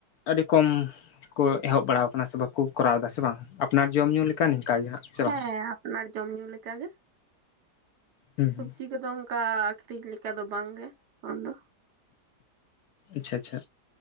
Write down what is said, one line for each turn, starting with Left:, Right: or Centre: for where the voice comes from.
Left: ᱟᱹᱰᱤ ᱠᱚᱢ ᱠᱚ ᱮᱦᱚᱵ ᱵᱟᱲᱟᱣ ᱟᱠᱟᱱᱟ ᱥᱮ ᱵᱟᱠᱚ ᱠᱚᱨᱟᱣ ᱮᱫᱟ ᱥᱮ ᱵᱟᱝ ᱟᱯᱱᱟᱨ ᱡᱚᱢ ᱧᱩ ᱞᱮᱠᱟ ᱱᱤᱝᱠᱟ ᱜᱮ ᱦᱟᱸᱜ ᱥᱮ
Right: ᱦᱮᱸ
Left: ᱵᱟᱝ
Right: ᱟᱯᱱᱟᱨ ᱡᱚᱢ ᱧᱩ ᱞᱮᱠᱟ ᱜᱮ
Left: ᱦᱩᱸ
Right: ᱥᱚᱵᱽᱡᱤ
Left: ᱦᱩᱸ
Right: ᱠᱚᱫᱚ ᱚᱱᱠᱟ ᱟᱹᱠᱷᱨᱤᱧ ᱞᱮᱠᱟ ᱫᱚ ᱵᱟᱝ ᱜᱮ ᱟᱢ ᱫᱚ
Left: ᱟᱪᱪᱷᱟ ᱟᱪᱪᱷᱟ